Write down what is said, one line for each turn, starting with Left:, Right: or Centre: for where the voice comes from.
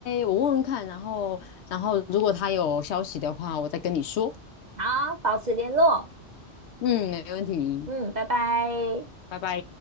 Left: 我问问看，然后然后如果他有消息的话，我再跟你说。
Right: 好，保持联络。
Left: 嗯，没问题，
Right: 嗯，拜拜。
Left: 拜拜。